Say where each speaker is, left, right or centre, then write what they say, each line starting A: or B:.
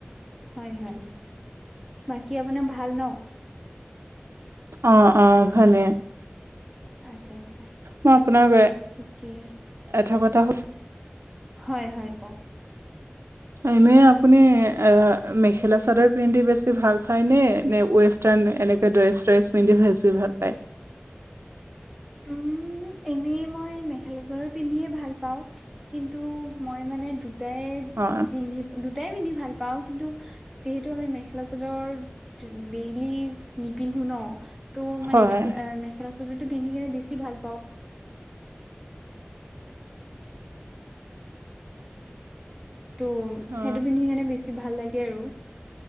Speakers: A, in the centre; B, on the right.
A: হয় হয় বাকী আপোনাৰ ভাল ন?
B: অ অ ভালে।
A: আচ্ছা আচ্ছা
B: মই আপোনাক
A: ঠিকে আছে
B: এটা কথা সু
A: হয় হয় কক।
B: এনেই আপুনি এ মেখেলা চাদৰ পিন্ধি বেছি ভাল পায় নে নে ৱেষ্টাৰ্ণ? এনেকে ড্ৰেছ চ্ৰেছ পিন্ধি ভেছি ভাল পায়
A: উম এনেই মই মেখেলা চাদৰ পিন্ধিয়ে ভাল পাও কিন্তু মই মানে দু তাই
B: অ
A: পিন্ধি দু তটাই পিন্ধি ভাল পাওঁ কিন্তু যিহেতু আমি মেখেলা চাদৰ ডেইলি নিপিন্ধো ন তো মানে
B: হয়
A: মেখা মেখেলা চাদৰো পিন্ধি কেনে <inaudible> হয় ত
B: অ
A: সেইটো পিন্ধি কোনে বে ভাল লাগে আৰু